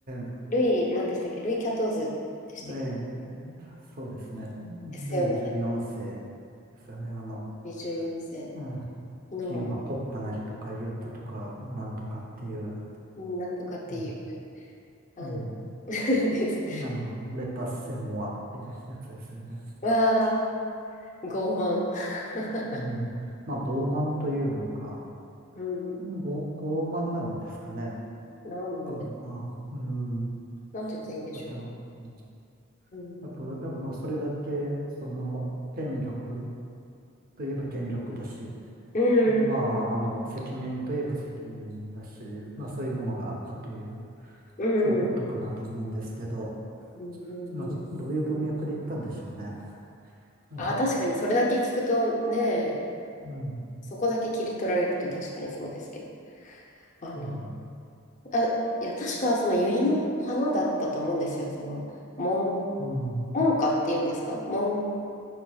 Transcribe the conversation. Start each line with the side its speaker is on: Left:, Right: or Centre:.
Right: え
Left: ルイ、何でしたっけルイ・キャトーズでしたっけ
Right: ええ、そうですね。ルイ14世ですよね。
Left: ですよね。
Right: あの、
Left: 24
Right: うん。
Left: 世の
Right: 秦は国家なりとか言ったとか、なんとかっていう、
Left: なんとかっていう、
Right: うん。
Left: あ
Right: え
Left: <laughs> です。
Right: え、あの、レタスセモアってやつですよね。
Left: わあ、傲慢。<laughs>
Right: うん。まあ、傲慢というのか、
Left: うん。
Right: ご傲慢なんですかね。
Left: なんなんで、
Right: か、まあ、うん。
Left: なんて言ったらいいんでしょ
Right: そっちうん
Left: う。うん。
Right: やっぱ、やっぱまあ、それだけ、その、権力といえば権力だし、
Left: うん。
Right: まあ、あの、責任といえば責任だし、まあそういうものがあったという、
Left: うん。
Right: そういうことかなと思うんですけど、
Left: うん。
Right: まあ、
Left: うん。
Right: どういう文脈で言ったんでしょうね。<laughs>
Left: あ、確かにそれだけ聞くとね、
Right: うん、
Left: そこだけ切り取られると確かにそうですけど。あの、
Right: うん、
Left: あ、いや、確かその百合の花だったと思うんですよ。その、門、
Right: うん。
Left: 門下っていうんですか門